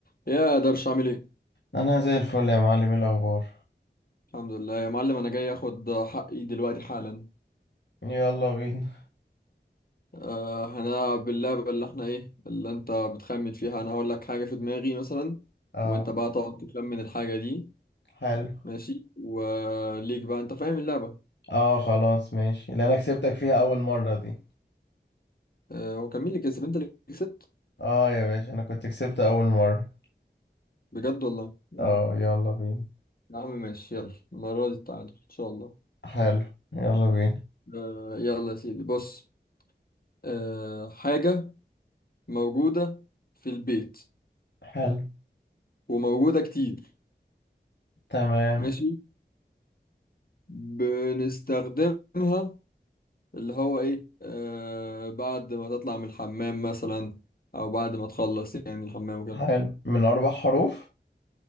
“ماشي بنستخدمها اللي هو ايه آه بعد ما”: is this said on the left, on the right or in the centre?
Left